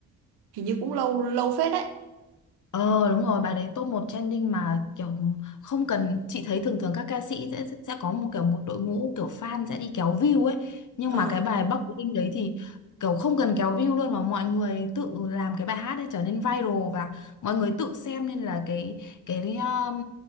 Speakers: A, on the right; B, on the left.
A: hình như cũng lâu lâu phết đấy
B: Ờ đúng rồi, bài đấy top một trending mà kiểu không cần chị thấy thường thường các ca sĩ sẽ sẽ có một kiểu một đội ngũ kiểu fan sẽ đi kéo view ấy, nhưng
A: Ờ.
B: mà cái bài Bắc Linh đấy thì kiểu không cần kéo view luôn mà mọi người tự làm cái bài hát ấy trở nên viral và mọi người tự xem nên là cái cái um,